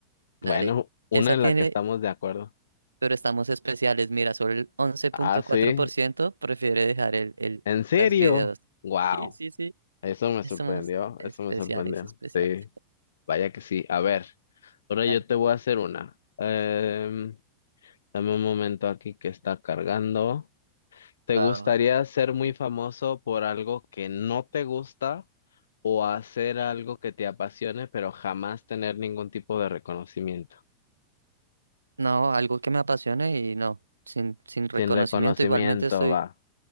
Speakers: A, on the right; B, on the left.
A: Dale.
B: bueno, una
A: Esa
B: en
A: tiene,
B: la que estamos de acuerdo.
A: pero estamos especiales. Mira, solo el once punto
B: Ah, sí.
A: cuatro por ciento. prefiere dejar el, el,
B: ¿En serio?
A: los videos.
B: Wow,
A: Sí, sí, sí.
B: eso me sorprendió,
A: Somos especiales,
B: eso me sorprendió.
A: especiales.
B: Sí, vaya que sí. A ver, ahora
A: Dale.
B: yo te voy a hacer una. Em, dame un momento aquí que está cargando. ¿Te
A: Va,
B: gustaría
A: va, va.
B: ser muy
A: Sí.
B: famoso por algo que no te gusta o hacer algo que te apasione pero jamás tener ningún tipo de reconocimiento?
A: No, algo que me apasione y no. Sin, sin reconocimiento,
B: Sin reconocimiento
A: igualmente estoy
B: va.